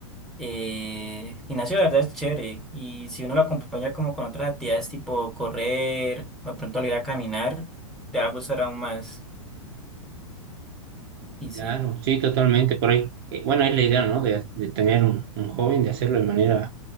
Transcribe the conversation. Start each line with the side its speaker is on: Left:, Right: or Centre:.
Centre: eh, gimnasio de verdad es chévere y si uno lo acompaña como con otras actividades tipo correr o de pronto al ir a caminar, te va a gustar aún más y
Right: Claro,
Centre: sí.
Right: sí, totalmente, por ahí. eh, bueno, es la idea, ¿no? De, de tener un, un joven, de hacerlo de manera